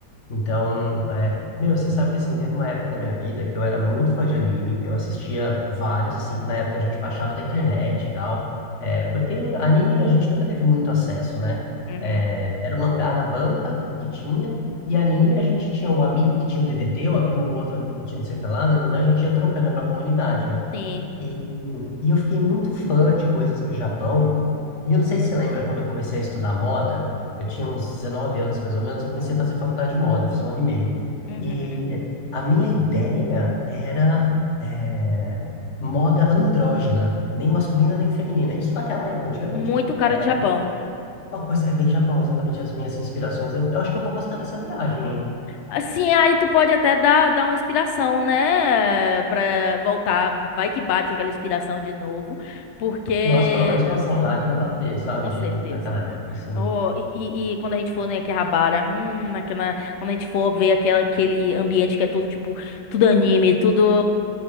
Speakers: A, on the left; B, on the left.
A: Então, é, meu, você sabe que assim, teve uma época da minha vida que eu era muito fã de anime. Eu assistia vários, assim, que na época a gente baixava da internet e tal. É, porque anime a gente nunca teve muito acesso, né?
B: Uhum.
A: É, era o mangá na banca, o que tinha. E anime a gente tinha o amigo que tinha o DVD, o amigo, o outro amigo que tinha não sei o que lá, não, não, não, a gente ia trocando na comunidade, né?
B: Sim.
A: E, e eu fiquei muito fã de coisas do Japão. E eu não sei se você lembra quando eu comecei a estudar moda, eu tinha uns 19 anos mais ou menos, eu comecei a fazer faculdade de moda, fiz um ano e meio.
B: Uhum.
A: E a minha ideia era eh, moda andrógena, nem masculina nem feminina. Isso naquela época, antigamente.
B: Muito cara
A: É,
B: de Japão.
A: uma coisa é bem Japão, exatamente as minhas inspirações. Eu eu acho que eu vou gostar dessa viagem, hein?
B: Assim, aí tu pode até dar, dar uma inspiração, né? Pra voltar. Vai que bate aquela inspiração de novo. Porque.
A: Nossa, pelo menos
B: eh,
A: uma saudade
B: ah,
A: vai bater, sabe,
B: Com
A: de,
B: certeza,
A: daquela
B: né?
A: época, assim.
B: Oh, e, e- e quando a gente for em Akihabara, hum, naquela, quando a gente for ver aquela, aquele ambiente que é todo tipo, tudo anime, tudo.